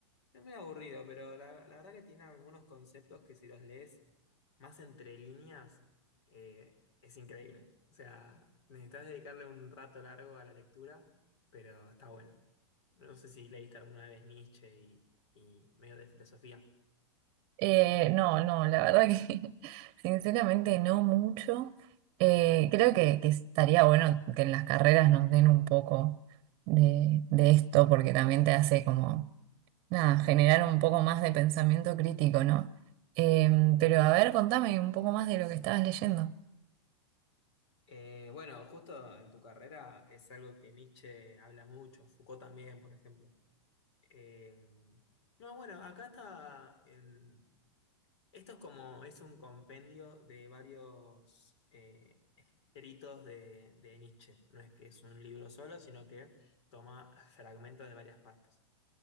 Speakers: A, on the left (about 65°); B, on the right (about 40°).
A: es medio aburrido, pero la, la verdad que tiene algunos conceptos que si los lees más entre líneas, eh, es increíble. O sea, necesitas dedicarle un rato largo a la lectura, pero está bueno. No sé si leíste alguna vez Nietzsche y, y medio de filosofía.
B: Eh, no, no, la verdad que <laughs> sinceramente no mucho. Eh, creo que, que estaría bueno que en las carreras nos den un poco de, de esto porque también te hace como, nada, generar un poco más de pensamiento crítico, ¿no? Em, pero a ver, contame un poco más de lo que estabas leyendo.
A: Eh, bueno, justo en tu carrera es algo que Nietzsche habla mucho, Foucault también, por ejemplo. Eh, no, bueno, acá está en- esto es como, es un compendio de varios eh, escritos de, de Nietzsche. No es que es un libro solo, sino que toma fragmentos de varias partes.